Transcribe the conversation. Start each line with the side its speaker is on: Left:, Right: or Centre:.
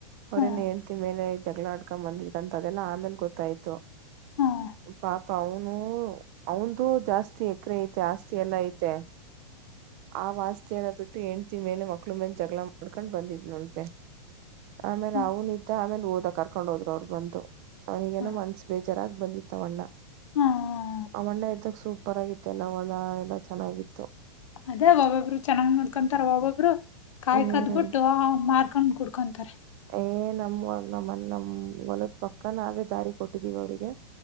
Right: ಅವ್ರೇನ್
Left: ಹ್ಮ್
Right: ಹೆಂಡ್ತಿ ಮೇಲೆ ಜಗಳ ಆಡ್ಕೊ ಬಂದಿದ್ರ ಅಂತ ಅದೆಲ್ಲಾ ಆಮೇಲ್ ಗೊತ್ತಾಯ್ತು
Left: ಹ್ಮ್
Right: ಪಾಪ ಅವನು ಅವನದುು ಜಾಸ್ತಿ ಎಕರೆ ಐತೆ ಆಸ್ತಿ ಎಲ್ಲಾ ಐತೆ ಆ ವಸ್ತಿಯನ್ನ ಬಿಟ್ಟು ಹೆಂಡ್ತಿ ಮೇಲೆ ಮಕ್ಳು ಮೇಲೆ ಜಗಳ ಮಾಡ್ಕೊಂಡು ಬಂದಿದ್ನಂತೆ ಆಮೇಲೆ
Left: ಹ್ಮ್
Right: ಅವನ ಇದ್ದ ಆಮೇಲೆ ಹೋದಾಗ ಕರ್ಕೊಂಡ ಹೋದರು ಅವ್ರು ಬಂದು ಅವನಿಗೇನೋ
Left: ಹ್ಮ್
Right: ಮನ್ಸ ಬೇಜಾರಾಗ್ ಬಂದಿತ್ತು ತ್ವಾಣ್ಣ
Left: ಹ್ಮ್
Right: ಆ ಹಣ್ಣ ಇದ್ದಕ್ ಸೂಪರ್ ಆಗಿತ್ತು ಎಲ್ಲ ಹೊಲ ಎಲ್ಲ ಚೆನ್ನಾಗಿತ್ತು
Left: ಅದೇ ಒಬ್ಬೊಬ್ರು ಚೆನ್ನಾಗ್ ನೋಡ್ಕೊಂತಾರ ಒಬ್ಬೊಬ್ರು ಕಾಯ
Right: ಹ್ಮ್
Left: ಕದ್ಬಿಟ್ಟು ಮಾರ್ ಕನ್ ಕುಡ್ಕೊಂತಾರೆ
Right: ಏ ನಮ್ ನಮ್ಮ ನಮ್ ಹೊಲದ್ ಪಕ್ಕ ನಾವೇ ದಾರಿ ಕೊಟ್ಟಿದೀವ ಅವ್ರಿಗೆ